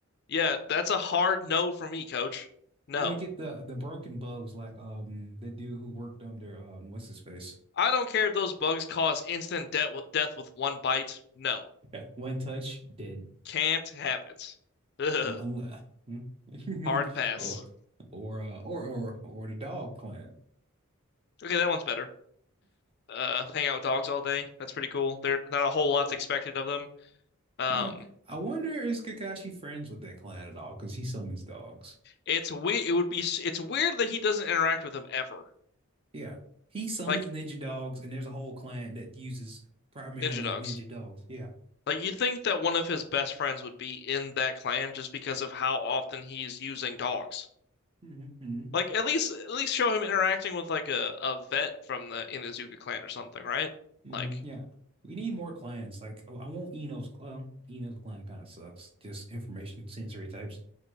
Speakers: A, on the left; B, on the right.
A: Yeah, that's a hard no for me, coach. No.
B: You might get the the broken bugs like um the dude who worked under um what's his face?
A: I don't care if those bugs cause instant de death with one bite. No.
B: Yeah. One touch, dead.
A: Can't have it. Ugh.
B: Oh, unle- hmm. <laughs>
A: Hard pass.
B: or or uh, or or or the dog clan. <laughs>
A: Okay, that one's better. Uh, hang out with dogs all day. That's pretty cool. There, not a whole lot's expected of them. Um,
B: Yeah. I wonder is Kakashi friends with that clan at all? Because he summons dogs.
A: it's we. It would be. It's weird that he doesn't interact with them ever.
B: Yeah. He summons
A: Like
B: ninja dogs, and there's a whole clan that uses primarily
A: ninja dogs.
B: ninja dogs. Yeah.
A: Like you'd think that one of his best friends would be in that clan just because of how often he's using dogs.
B: hmm hmm
A: Like at least at least show him interacting with like a, a vet from the Inazuka clan or something, right?
B: hmm
A: Like
B: Yeah. We need more clans. Like, I I want Eno's clan. Eno's clan kind of sucks. Just information sensory types.